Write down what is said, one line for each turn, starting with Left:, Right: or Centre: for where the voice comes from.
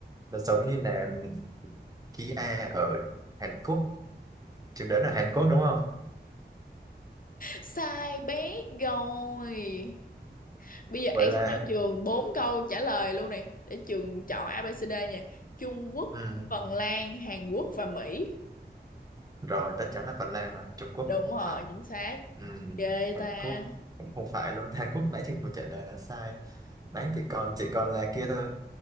Right: nó giống như là Kia ở Hàn Quốc. Trường đoán ở Hàn Quốc đúng không?
Left: sai bé rồi bây giờ
Right: Vậy
Left: An
Right: là
Left: sẽ cho Trường bốn câu trả lời luôn này để Trường chọn ABCD nha Trung Quốc
Right: ừ.
Left: Phần Lan, Hàn Quốc và Mỹ.
Right: Rồi, tất chắn là Phần Lan rồi. Trung Quốc
Left: đúng
Right: là không
Left: rồi
Right: phải.
Left: chính xác
Right: Ừ.
Left: ghê
Right: Hàn
Left: ta
Right: Quốc cũng không phải luôn. <laughs> Hàn Quốc nãy trường vừa trả lời là sai. Đấy thì còn chỉ còn là kia thôi.